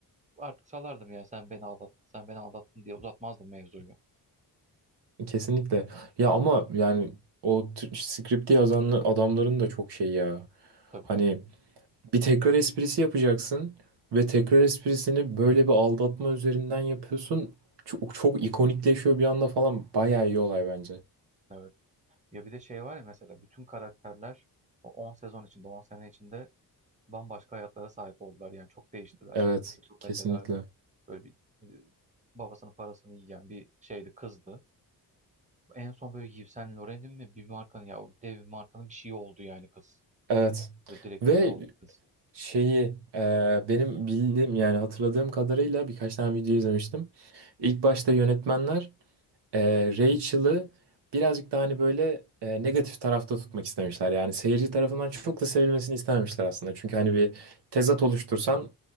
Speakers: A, on the right; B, on the right.
A: artık salardım ya sen beni aldattın, sen beni aldattın diye uzatmazdım mevzuyu.
B: Kesinlikle. Ya ama yani o t- skripti yazan adamların da çok şey ya.
A: Tabii
B: Hani
A: tabii.
B: bir tekrar esprisi yapacaksın ve tekrar esprisini böyle bir aldatma üzerinden yapıyorsun. Çok, çok ikonikleşiyor bir anda falan. Bayağı iyi olay bence.
A: Evet. Ya bir de şey var ya mesela bütün karakterler o 10 sezon içinde, 10 sene içinde bambaşka hayatlara sahip oldular. Yani çok değiştiler.
B: Evet,
A: Rachel
B: kesinlikle.
A: mesela Böyle bir e, babasının parasını yiyen bir şeydi kızdı. En son böyle Yves Saint Laurent'in mi bir markanın ya o dev bir markanın bir şeyi oldu yani kız.
B: Evet.
A: Böyle direktörü
B: Ve
A: oldu kız.
B: Şeyi e, benim bildiğim yani hatırladığım kadarıyla birkaç tane video izlemiştim. İlk başta yönetmenler e, Rachel'ı birazcık daha hani böyle e, negatif tarafta tutmak istemişler. Yani seyirci tarafından çok da sevilmesini istememişler aslında. Çünkü hani
A: Hmm.
B: bir tezat oluştursan